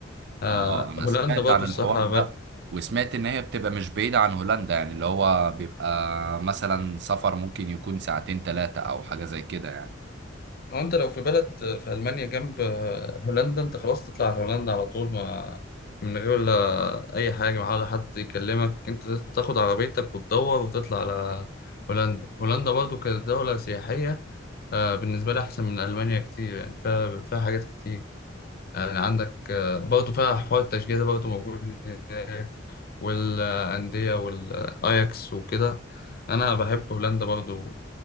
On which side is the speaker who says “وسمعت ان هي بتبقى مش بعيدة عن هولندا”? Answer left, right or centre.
Right